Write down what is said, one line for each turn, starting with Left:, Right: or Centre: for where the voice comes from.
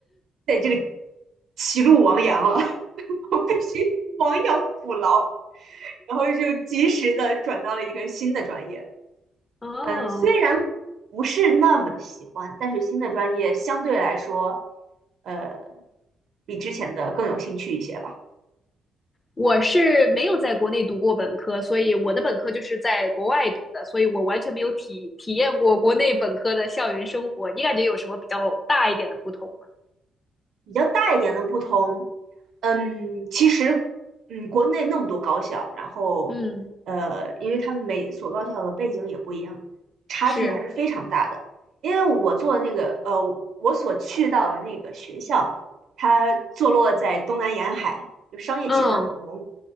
Right: 在这个歧路亡羊了，<laughs> 我必须亡羊补牢。然后就及时的转到了一个新的专业。
Left: 哦，
Right: 嗯，虽然不是那么的喜欢，但是新的专业相对来说，呃，比之前的更有兴趣一些吧。
Left: 我是没有在国内读过本科，所以我的本科就是在国外读的，所以我完全没有体体验过国内本科的校园生活。你感觉有什么比较大一点的不同吗？
Right: 比较大一点的不同，嗯，其实，嗯，国内那么多高校，然后，
Left: 嗯，
Right: 呃，因为他们每所高校的背景也不一样，差距还是非常大的。
Left: 是，
Right: 因为我做的那个，呃，我所去到的那个学校，它坐落在东南沿海，就商业气氛很浓。
Left: 嗯